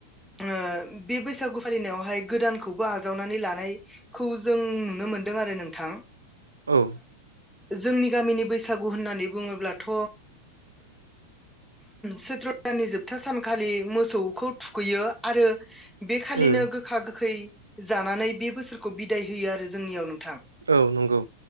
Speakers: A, in the centre; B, on the right.
A: ओ बे बैसागु फालिनायावहाय गोदानखौबो आजावनानै लानायखौ जों नुनो मोनो। मोनदों आरो नोंथां।
B: औ
A: जोंनि गामिनि बैसागु होननानै बुङोब्लाथ' सैत्र दाननि जोबथा सानखालि मोसौखौ थुखैयो आरो बे खालिनो
B: उम
A: गोखा गोखै जानानै बे बोसोरखौ बिदाय होयो आरो जोंनियाव नोंथां
B: औ नंगौ।